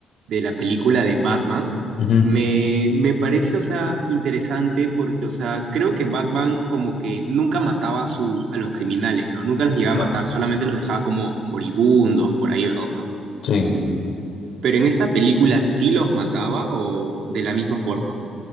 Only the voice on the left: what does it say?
Ujú.
No.
Sí.